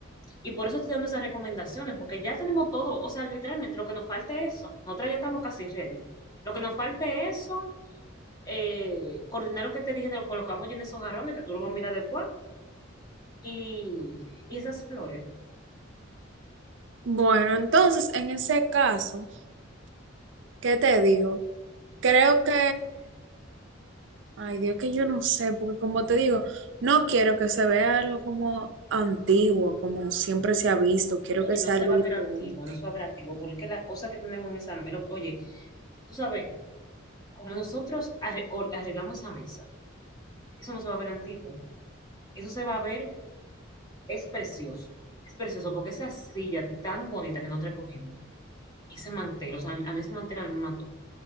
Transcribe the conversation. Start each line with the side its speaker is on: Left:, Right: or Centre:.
Left: Y por eso estoy dando esas recomendaciones, porque ya tenemos todo. O sea, literalmente lo que nos falta es eso. Nosotras ya estamos casi ready. Lo que nos falta es eso eh, coordinar lo que te dije de con los que en esos jarrones, que tú lo vas a mirar después, y, y esas flores.
Right: Bueno, entonces en ese caso... ¿Qué te digo? Creo que, ay Dios, que yo no sé, porque como te digo, no quiero que se vea algo como antiguo, como siempre se ha visto, quiero
Left: Oye,
Right: que sea
Left: no se
Right: algo
Left: va
Right: diferente.
Left: a ver antiguo, no se va a ver antiguo, porque es que las cosas que tenemos en esa mesa, oye, tú sabes, como nosotros arre- cor- arreglamos esa mesa, eso no se va a ver antiguo, eso se va a ver, es precioso, es precioso, porque esa silla tan bonita que nosotros cogimos, y ese mantel, o sea, a mí ese mantel a mí me mató,